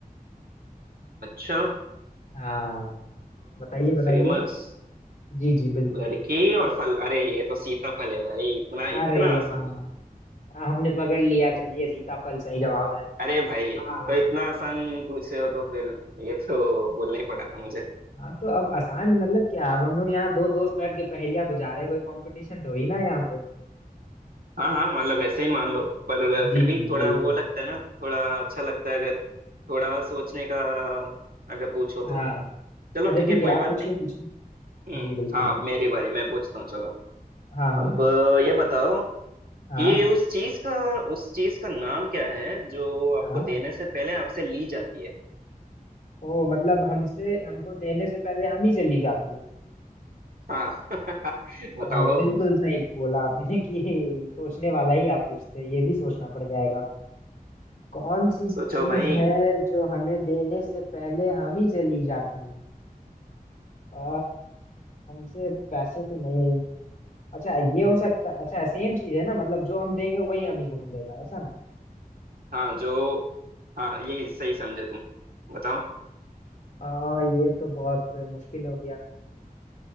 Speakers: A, on the right (about 75°); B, on the left (about 50°).
A: अच्छा
B: हाँ बताइए बताइए
A: फेमस
B: जी जी बिल्कुल
A: लड़की और फल अरे ये तो सीताफल है भाई इतना
B: अरे
A: इतना आसान
B: हाँ
A: है
B: हमने पकड़ लिया चलिए सीताफल सही जवाब है
A: अरे भाई
B: हाँ
A: तो इतना आसान पूछे हो तो फिर ये तो बोलना ही पड़ा था मुझे
B: हाँ तो अब आसान मतलब क्या अब हम लोग यहाँ दो दोस्त बैठ के पहेलियां बुझा रहे हैं, कोई कंपटीशन थोड़ी ना है यहाँ पे
A: हाँ हाँ मतलब ऐसे ही मान लो पर
B: जी
A: फिर भी
B: जी
A: थोड़ा
B: बिल्कुल
A: वो लगता है ना थोड़ा अच्छा लगता है अगर थोड़ा सोचने का अगर पूछो तो
B: हाँ
A: चलो
B: अच्छा
A: ठीक
B: ठीक
A: है कोई
B: है आप
A: बात
B: पूछिए
A: नहीं
B: पूछिए
A: हम्म
B: जी बिल्कुल
A: हाँ अब मेरी बारी मैं पूछता हूँ चलो
B: हाँ हाँ
A: अब ये बताओ
B: हाँ
A: ये उस चीज का उस चीज का नाम क्या है जो आपको
B: हाँ
A: देने से पहले आपसे ली जाती है
B: ओ मतलब हमसे हमको देने से पहले हम ही चली जाती है
A: हाँ <laughs> बताओ
B: हाँ, बिल्कुल
A: अब
B: सही बोला आपने कि सोचने वाला ही आप पूछते हैं। ये भी सोचना पड़ जाएगा कौन सी
A: सोचो
B: चीज
A: भाई
B: है जो हमें देने से पहले हम ही चली जाती है आ, हमसे पैसे तो नहीं अच्छा ये हो सकता अच्छा सेम चीज है ना मतलब जो हम देंगे वही हम ही को मिलेगा ऐसा ना
A: हाँ जो हाँ यही सही समझे तुम बताओ
B: आ, ये तो बहुत मुश्किल हो गया